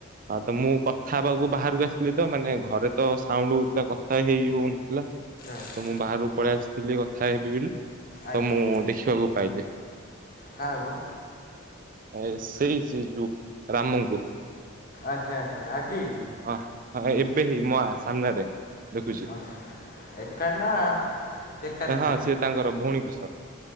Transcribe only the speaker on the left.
ଆଚ୍ଛା
ଆଜ୍ଞା
କାହାକୁ?
ଆଚ୍ଛା ଆଚ୍ଛା ଆଜି?
<unintelligible>